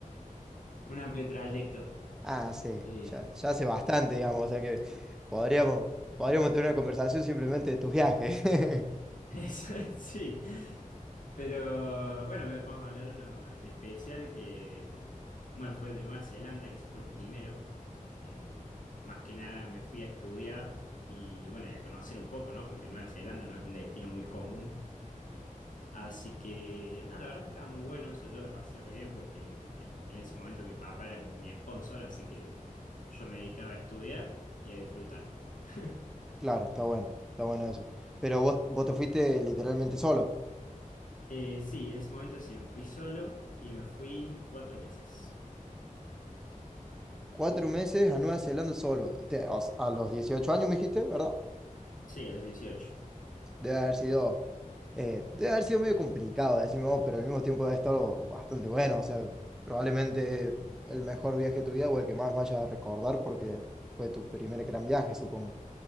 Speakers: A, on the left (about 70°); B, in the centre.
A: un amplio trayecto.
B: Ah, sí,
A: Eh,
B: ya, ya hace bastante, digamos, o sea que podríamos, podríamos tener una conversación simplemente de tus viajes. <laughs>
A: <laughs> Sí, pero bueno, ve- vamos a hablar de uno en especial que, mm, bueno, fue el de Nueva Zelanda, que ese fue el primero. Em, más que nada me fui a estudiar y bueno, y a conocer un poco, ¿no? Porque Nueva Zelanda no es un destino muy común. Así que, nada, la verdad que estaba muy bueno, eso yo la pasé re bien porque en ese momento mi papá era como mi sponsor, así que yo me dedicaba a estudiar y a disfrutar. <laughs>
B: Claro, está bueno, está bueno eso. Pero vos, vos te fuiste literalmente solo.
A: Eh, sí, en ese momento sí, me fui solo y me fui cuatro meses.
B: Cuatro meses a Nueva Zelanda solo. Te- o sea, a los 18 años me dijiste, ¿verdad?
A: Sí, a los 18.
B: Debe haber sido, eh, debe haber sido medio complicado, decime vos, pero al mismo tiempo debe estar bastante bueno. O sea, probablemente el mejor viaje de tu vida o el que más vayas a recordar porque fue tu primer gran viaje, supongo.